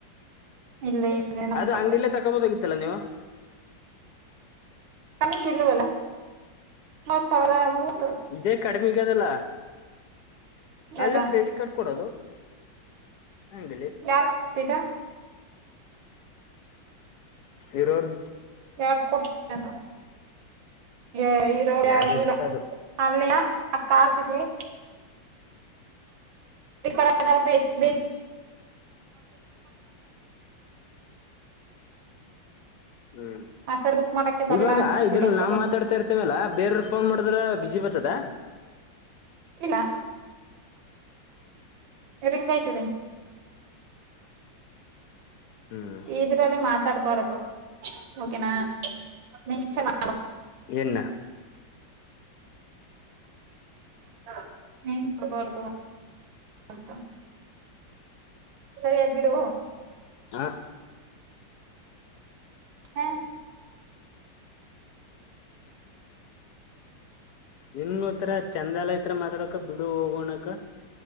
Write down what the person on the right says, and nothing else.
ಇಲ್ಲ ಇಲ್ಲ ನಮ್ಮ
ಪಕ್ಕ
ಆಮೇ ಬಿಲ್ಲ ಬಲ್ಲ ಮ ಸರ <unintelligible>
ಯಾವ್ದ
ಯಾರ್ <unintelligible> ತಿಗ
ಯಾರ್ ಕೊಡ್ತ ಇರ ಏ ಇರೋರಾರ್ಗು
ಇಲ್ಲ
ಅಲ್ಲಿಯ ಆ ಕಾಫಿಗೆ ಎಷ್ಟ <unintelligible> ಎಷ್ಟ <unintelligible>
ಆ ಸರ್ ಬುಕ್ ಮಾಡಕ್ಕೆ ಬರ್ಲಾ
ಅಂತಂದಿರೋ
ರೊಕ್ಕ
ಬಂದ್ಬಿಟ್ಟು
ಇಲ್ಲ ರಿಂಗ್ ಆಯ್ತದೆ.
ಇದ್ರಲ್ಲಿ ಮಾತಾಡ್ಬಾರದು ಒಕೆ ನಾ <unintelligible>
<unintelligible> ಬಾರದ <unintelligible> ಅಂತ ಸರಿ ಅದು ಬಿಡು.
ಹಾ